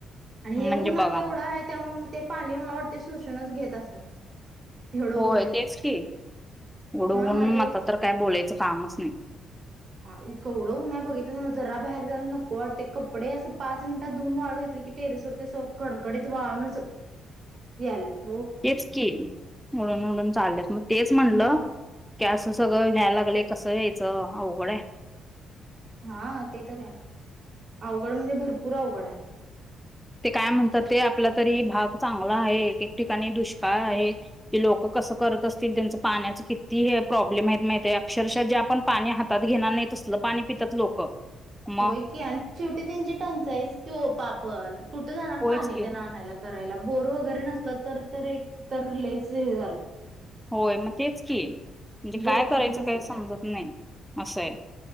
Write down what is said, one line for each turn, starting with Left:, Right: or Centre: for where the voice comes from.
Right: आणि
Centre: म्हणजे
Right: हे ऊन
Centre: बघा
Right: आणि एवढं
Centre: मग
Right: आहे त्यामुळे ते पाणी मला वाटते शोषूनच घेत असत. एवढं
Centre: होय
Right: ऊन आहे
Centre: तेच की उडून
Right: हा एक
Centre: आता तर काय बोलायचं काम आम्हास ही
Right: हा केवढं उन्ह आहे बघितला ना जरा बाहेर जायला नको वाटतंय. कपडे असं पाच मिनिटात धुऊन वाळत घातली की टेरेसवरती चौक कडकडीत वाळूनचलात
Centre: तेच की उडून उडून चालल्यात मग तेच म्हणलं
Right: मग
Centre: की असं सगळं ह्याय लागलेय कसं होयचं ज अवघड हाय.
Right: हा ते तर या अवघड म्हणजे भरपूर अवघड हाय,
Centre: ते काय म्हणतात ते आपला तरी भाग चांगला आहे एक एक ठिकाणी दुष्काळ आहे की लोक कसं करत असतील त्यांचं पाण्याच किती हे प्रॉब्लेम आहेत माहििते हाय का अक्षरशः जे आपण पाणी हातात घेणार नाही तसलं पाणी पितात लोक मग
Right: होय की आणि शेवटी त्यांची टंचाईस की पापल कुठे जाणार
Centre: होयच
Right: पाणी
Centre: की
Right: त्यानं आणायला करायला बोर वगैरे नसल तर तर एक तर लईच हे झालंय
Centre: होय मग तेच की म्हणजे
Right: बोर
Centre: काय करायचं
Right: तेन नसलं
Centre: काय समजत
Right: तर
Centre: नाय असं हाय